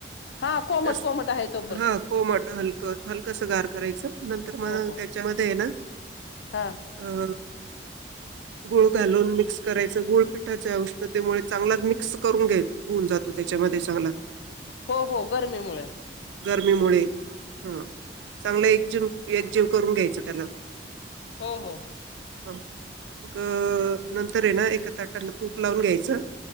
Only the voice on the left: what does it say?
हा कोमट
कोमट आहे त
हो,
हो.
हां.
हो हो गर्मीमुळं.
हो हो.